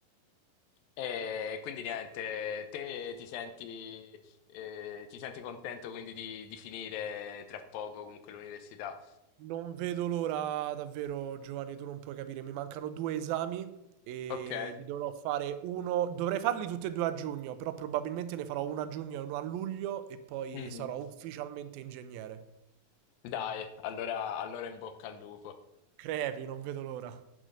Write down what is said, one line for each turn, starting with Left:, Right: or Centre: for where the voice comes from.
Left: E quindi niente, te ti senti, eh, ti senti contento quindi di, di finire tra poco comunque l'università?
Right: Non vedo l'ora davvero, Giovanni, tu non puoi capire. Mi mancano due esami e
Left: Ok.
Right: li dovrò fare uno. Dovrei farli tutti e due a giugno, però probabilmente ne farò uno a giugno e uno a luglio e poi
Left: Mhm.
Right: sarò ufficialmente ingegnere.
Left: Dai, allora allora in bocca al lupo.
Right: Crepi, non vedo l'ora.